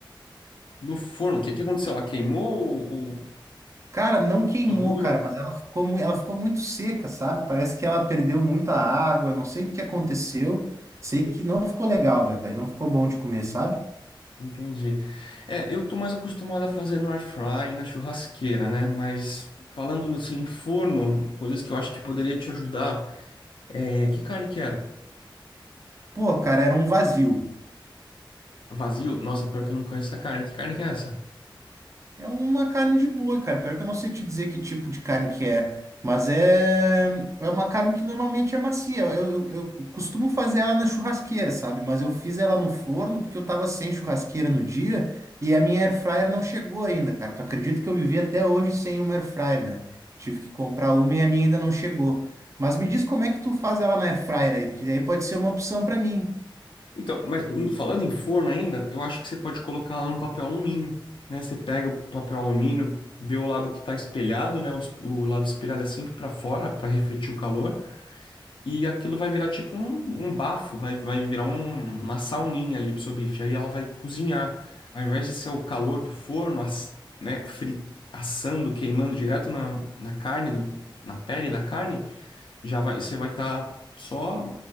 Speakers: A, on the left; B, on the right.
A: No forno, o que que aconteceu? Ela queimou ou ou
B: Cara, não queimou,
A: ficou dura?
B: cara, mas ela ficou, mu- ela ficou muito seca, sabe? Parece que ela perdeu muita água, não sei o que aconteceu. Sei que não ficou legal, velho. Não ficou bom de comer, sabe?
A: Entendi. É, eu tô mais acostumado a fazer no air fry e na churrasqueira, né? Mas falando assim, em forno, coisas que eu acho que poderia te ajudar. É, que carne que era?
B: Pô, cara, era um vazio.
A: Vazio? Nossa, pior que eu não conheço essa carne. Que carne que é essa?
B: É uma carne de boi, cara. Pior que eu não sei te dizer que tipo de carne que é, mas é, é uma carne que normalmente é macia. Eu, eu, eu costumo fazer ela na churrasqueira, sabe? Mas eu fiz ela no forno porque eu tava sem churrasqueira no dia e a minha air fryer não chegou ainda, cara. Tu acredita que eu vivi até hoje sem uma air fryer, né? Tive que comprar uma e a minha ainda não chegou. Mas me diz como é que tu faz ela na air fryer aí, porque daí pode ser uma opção pra mim.
A: Então, mas hum, falando em forno ainda, eu acho que você pode colocar lá no papel alumínio, né? Você pega o papel alumínio, vê o lado que está espelhado, né? O, es- o lado espelhado é sempre para fora, para refletir o calor, e aquilo vai virar tipo um, um bafo, vai, vai virar um- uma sauninha ali pro seu bife. Aí ela vai cozinhar. Ao invés de ser o calor do forno, as- né, fri- assando, queimando direto na, na carne, na pele da carne, já vai, você vai estar só